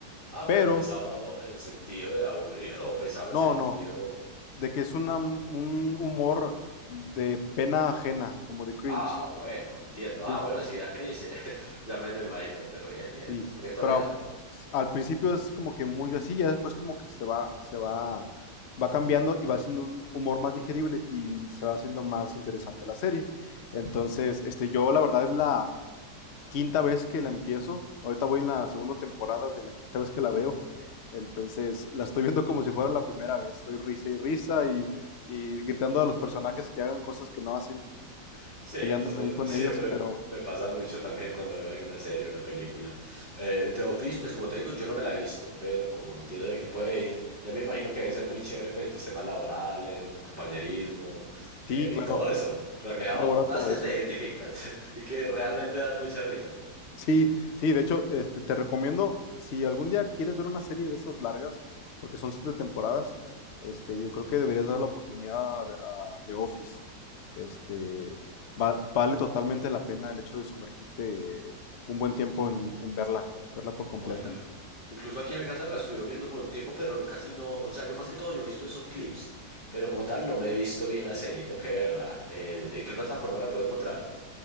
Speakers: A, on the left; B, on the left.
A: Ah,
B: Pero,
A: pero pesado en sentido de aburrido o pesado
B: no,
A: en sentido.
B: no, de que es una- un humor de pena ajena, como de cringe.
A: Ah, bueno, entiendo.
B: Sí.
A: Ah, bueno, si da cringe, <laughs> ya me lo imagino. Pero bien, bien,
B: Sí,
A: se puede tolerar.
B: pero mm, al principio es como que muy así, ya después como que se va, se va, va cambiando y va haciendo un humor más digerible y se va haciendo más interesante la serie. Entonces, este, yo la verdad es la quinta vez que la empiezo. Ahorita voy en la segunda temporada de la quinta vez que la veo. Entonces, la estoy viendo como si fuera la primera vez. Estoy risa y risa y, y gritando a los personajes que hagan cosas que no hacen,
A: Sí,
B: peleándome
A: eso <laughs>
B: ahí con
A: siempre
B: ellos, pero
A: me pasa mucho también cuando veo alguna serie, una película. Eh, The Office, pues como te digo, yo no me la he visto, pero como entiendo de que puede ir, ya me imagino que debe ser muy chévere, pues los temas laborales, el compañerismo
B: sí,
A: eh,
B: claro,
A: y todo eso, reflejado,
B: y aborda
A: cosas
B: todo
A: que
B: eso.
A: te identificas <laughs> y que realmente dan mucha risa.
B: Sí, sí, de hecho, este, te recomiendo, si algún día quieres ver una serie de esas largas, porque son siete temporadas, este, yo creo que deberías dar la oportunidad a, a The Office. Este, va- vale totalmente la pena el hecho de sumergirte un buen tiempo en, en verla, verla por completo.
A: No, inclu- incluso aquí en mi casa la estuvieron viendo por un tiempo, pero casi no, o sea, yo más que todo yo he visto son clips, pero como tal no me he visto bien la serie, tengo que verla. Eh, ¿en qué plataforma la puedo encontrar?